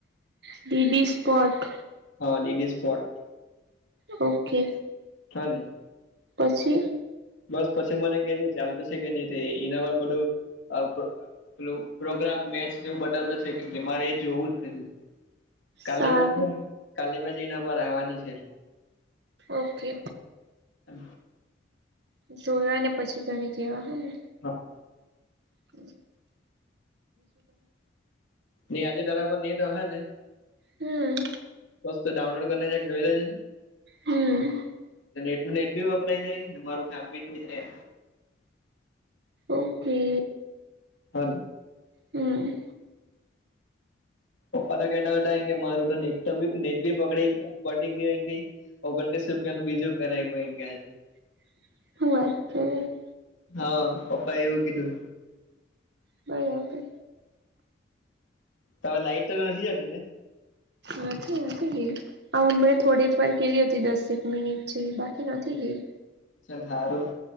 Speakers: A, on the right; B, on the left.
A: DD sport.
B: હા ડીડી સ્પોર્ટ.
A: ઓકે.
B: હાને.
A: પછી?
B: બસ પછી મને કેજે ચાલતું છે કે નહી તે, એના પર બધું આવતું. પેલું પ્રોગ્રામ, મેચને એવું બતાવતા છે, કેમ કે મારે એ જોવું જ છે એટલે. કાાલનીમાંજી
A: સારું
B: કાલીનીમાંજી એનાં પર આવવાની છે એટલે.
A: ઓકે.
B: હ.
A: જોવા ને પછી તને કેવા હને.
B: હા.
A: હમ.
B: નહી આજે તારામાં નેટ અહે ને?
A: હમ
B: બસ્ તો ડાઉનલોડ કરીને જક જોઈ લેજ ને.
A: હમ
B: નેટ નું નેટ ભી વપરાય જાય ને મારું કામ ભી થઈ જાય.
A: ઓકે.
B: હા.
A: હમ.
B: પપા તો કેટા બેટાે મારું તો નેટ નેટ ભી પકડી પડી ગંગે. ઓગણત્રીસ રૂપિયાનું બીજું કરાવ્યું ગજે.
A: <unintelligible>
B: હા પ્પાયવું કધું.
A: બરાબબર.
B: ત લાઈટ નથીહી જાતી ને?
A: નથીછી નથી. હ હમણાં થોડીક વાર ગેલી હતી દસેક મિનિટ જે બાકી નથી ગઈ.
B: ચાલ સારું,